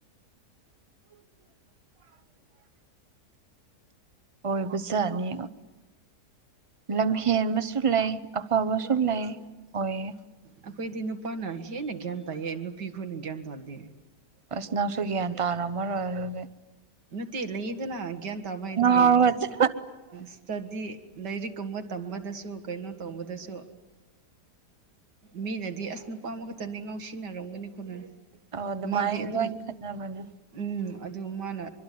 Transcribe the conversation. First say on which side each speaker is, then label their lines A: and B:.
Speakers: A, on the right; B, on the right.
A: <inaudible> ꯑꯣꯏꯕꯖꯥꯠꯅꯤ ꯂꯝ ꯍꯦꯟꯕꯁꯨ ꯂꯩ ꯑꯐꯕꯁꯨ ꯂꯩ ꯑꯣꯏꯌꯦ
B: ꯑꯩꯈꯣꯏꯗꯤ ꯅꯨꯄꯥꯅ ꯍꯦꯟꯅ ꯒ꯭ꯌꯥꯟ ꯇꯥꯏꯌꯦ ꯅꯨꯄꯤ ꯈꯣꯏꯅ ꯒ꯭ꯌꯥꯟ ꯇꯥꯗꯦ
A: ꯑꯁ ꯅꯪꯁꯨ ꯒ꯭ꯌꯥꯟ ꯇꯥꯔꯝꯃꯔꯣꯏ ꯑꯗꯨꯗꯤ
B: ꯃꯠꯇꯦ ꯏꯂ ꯏꯅꯦ ꯒ꯭ꯌꯥꯟ ꯇꯥꯕ ꯍꯥꯏꯗꯤ
A: ꯉꯥꯎꯔꯒ
B: ꯁ꯭ꯇꯗꯤ ꯂꯥꯏꯔꯤꯛꯀꯨꯝꯕ ꯇꯝꯕꯗꯁꯨ ꯀꯩꯅꯣ ꯇꯧꯕꯗꯁꯨ ꯃꯤꯅꯗꯤ ꯑꯁ ꯅꯨꯄꯥ ꯑꯃꯈꯛꯇꯅꯤ ꯉꯥꯎ ꯁꯤꯟꯅꯔꯝꯒꯅꯤ ꯈꯣꯠꯅ
A: ꯑꯧ ꯑꯗꯨꯃꯥꯏꯅ
B: ꯃꯥꯗꯤ ꯑꯗꯨꯝ
A: ꯂꯣꯏ ꯈꯠꯅꯕꯅꯦ
B: ꯎꯝ ꯑꯗꯨ ꯃꯥꯅ